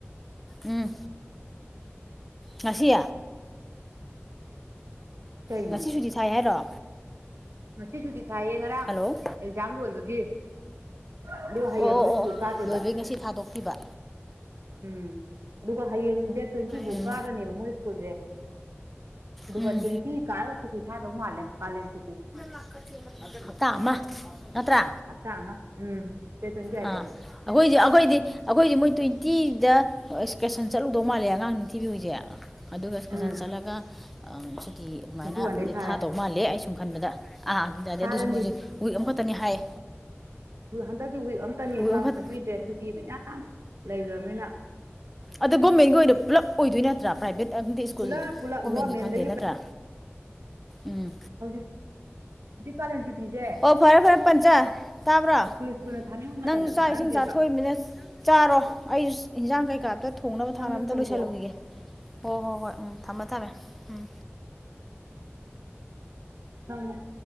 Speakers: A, in the centre; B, on the right.
A: ꯎꯝ ꯉꯁꯤ
B: ꯀꯩꯅꯣ
A: ꯉꯁꯤꯁꯨꯇꯤ ꯊꯥꯏ ꯍꯥꯏꯔꯣ
B: ꯉꯁꯤ ꯁꯨꯇꯤ ꯊꯥꯏꯌꯦ ꯉꯔꯥꯡ
A: ꯍꯜꯂꯣ
B: ꯑꯦꯛꯖꯥꯝ ꯂꯣꯏꯕꯒꯤ ꯑꯗꯨꯒ ꯍꯌꯦꯡ
A: ꯑꯣ ꯑꯣ
B: ꯑꯃꯨꯛ ꯏꯁ꯭ꯀꯨꯜ
A: ꯑꯣ
B: ꯀꯥꯗꫭꯏꯕ
A: ꯂꯣꯏꯕꯩ ꯉꯁꯤ ꯊꯥꯗꯣꯛꯄꯤꯕ
B: ꯎꯝ ꯑꯗꯨꯒ ꯍꯌꯦꯡ ꯗꯦꯠ ꯇ꯭ꯋꯦꯟꯇꯤ ꯕꯨꯛ
A: ꯎꯝ
B: ꯀꯥꯔꯅꯦꯕ ꯃꯣꯏ ꯏꯁ꯭ꯀꯨꯜꯁꯦ ꯑꯗꯨꯒ
A: ꯎꯝ
B: ꯇ꯭ꯋꯦꯟꯇꯤ ꯀꯥꯔꯒ ꯁꯨꯇꯤ ꯊꯥꯗꯧ ꯃꯥꯜꯂꯦ ꯀꯥꯂꯦꯟ ꯁꯨꯇꯤ
A: ꯂꯥꯛ <unintelligible> ꯍꯞꯇꯥ ꯑꯃ ꯅꯠꯇ꯭ꯔꯥ
B: ꯍꯞꯇꯥ ꯑꯃ ꯎꯝ ꯗꯦꯠ ꯇ꯭ꯋꯦꯟꯇꯤ ꯑꯩꯠꯄꯧ
A: ꯑꯥ ꯑꯩꯈꯣꯏꯗꯤ ꯑꯩꯈꯣꯏꯗꯤ ꯑꯩꯈꯣꯏꯗꯤ ꯃꯣꯏ ꯇ꯭ꯋꯦꯟꯇꯤꯗ ꯑ‌ꯦꯛꯀꯔꯁꯟ ꯆꯠꯂꯨꯗꯧ ꯃꯥꯜꯂꯦ ꯑꯉꯥꯡ ꯅꯤꯡꯊꯤꯕꯤ ꯍꫭꯏꯗꯤ ꯑꯗꯨꯒ ꯑꯦꯁꯀꯔꯁꯟ
B: ꯎꯝ
A: ꯆꯠꯂꯒ ꯀꯤ ꯑꯗꯨꯃꯥꯏꯅ
B: ꯇ꯭ꯋꯦꯟꯇꯤ ꯋꯥꯟꯗꯩ
A: ꯑꯗꯩ
B: ꯊꯥꯔꯦ
A: ꯊꯥꯗꯧ ꯃꯥꯜꯂꯦ ꯑꯩ ꯁꯨꯝ ꯈꯟꯕꯗ ꯑꯥ ꯑꯗꯨ
B: ꯊꯥꯔꯅꯤ
A: ꯑꯗꯨꯁꯨ ꯃꯣꯏꯁꯨ ꯋꯤꯛ ꯑꯃꯈꯛꯇꯅꯤ ꯍꯥꯏꯌꯦ
B: ꯍꯟꯗꯛꯇꯤ ꯋꯤꯛ ꯑꯝꯇꯅꯤ
A: ꯋꯤꯛ
B: ꯁꯥꯡꯅ
A: ꯑꯃꯈꯛ
B: ꯄꯤꯗ꯭ꯔꯦ ꯁꯨꯇꯤ ꯃꯌꯥꯝ ꯂꯩꯈ꯭ꯔꯕꯅꯤꯅ
A: ꯑꯗꯣ ꯒꯣꯔꯃꯦꯟꯒꯤ ꯑꯣꯏꯅ ꯄꯨꯂꯞ ꯑꯣꯏꯗꯣꯏ ꯅꯠꯇ꯭ꯔꯥ ꯄ꯭ꯔꯥꯏꯕꯦꯠ ꯗꯤ ꯏꯁ꯭ꯀꯨꯜ
B: ꯄꯨꯂꯞ ꯄꯨꯂꯞ
A: ꯒꯣꯔꯃꯦꯟꯒꯤ
B: ꯒꯣꯔꯃꯦꯟꯗꯒꯤ
A: ꯈꯪꯗꯦ ꯅꯠꯇ꯭ꯔꯥ ꯎꯝ
B: <inaudible> ꯁꯤ ꯀꯥꯂꯦꯟ ꯁꯨꯇꯤꯁꯦ
A: ꯑꯣ ꯐꯔꯦ ꯐꯔꯦ ꯄꯟꯆꯥ ꯇꯥꯕ꯭ꯔꯣ
B: ꯏꯁ꯭ꯀꯨꯜ ꯏꯁ꯭ꯀꯨꯜꯅ ꯊꯥꯅꯤꯡꯉꯕ
A: ꯅꯪꯁꯨ
B: ꯃꯇꯝꯗ
A: ꯆꯥꯛ
B: ꯊꯥꯍꯟꯗ꯭ꯔꯦꯕ
A: ꯏꯁꯤꯡ ꯆꯥꯊꯣꯛꯣꯏ ꯃꯤꯅ ꯆꯥꯔꯣ ꯑꯩꯁꯨ ꯏꯟꯖꯥꯡ ꯀꯩꯀꯥ ꯥꯝꯇ ꯊꯣꯡꯅꯕ
B: ꯅꯪꯁꯨ
A: ꯊꯥꯡꯅ ꯑꯝꯇ
B: ꯊꯣꯡꯗꯣꯛꯑꯣ
A: ꯂꯣꯏꯁꯜꯂꯨꯈꯤꯒꯦ ꯍꯣ ꯍꯣ ꯍꯣꯏ ꯎꯝ ꯊꯝꯃꯦ ꯊꯝꯃꯦ ꯎꯝ
B: ꯑ <unintelligible>